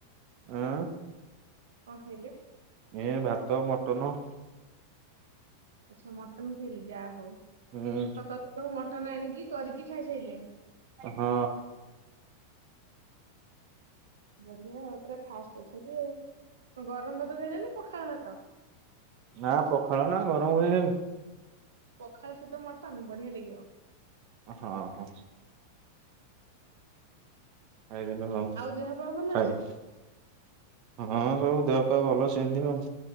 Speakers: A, on the right; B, on the right.
A: ଉଁ।
B: କଣ ଖାଇଲେ?
A: ଏ ଭାତ ମଟନ।
B: ଆଚ୍ଛା। ମଟନ ଖାଇଲେ ଯାହା ହଉ।
A: ହୁଁ।
B: ସକାଳୁ ସକାଳୁ ମଟନ ଆଣିକି କରିକି ଖାଇସାରିଲେଣି।
A: ହଁ।
B: ବଢ଼ିଆ ଆଉ ପୁରା ଫାଷ୍ଟ ଅଛନ୍ତି ଆଉ। ଗରମ ଭାତ ଖାଇଲେ ନା ପଖାଳ ଭାତ।
A: ନା ପଖାଳ ନା ଗରମ କାଇଁ ଖାଇବି।
B: ପଖାଳ ସହିତ ମଟନ୍ ବଢ଼ିଆ ଲାଗିବ। ‍
A: ହଁ, ହଁ। ଖାଇଦେଲି ଆଉ। ହଁ
B: ଦେହ ପା ଭଲ
A: ଖାଇ
B: ଅଛି ନା?
A: ହଁ ସବୁ ଦେହ ପା ଭଲ ସେମିତି ଆଉ।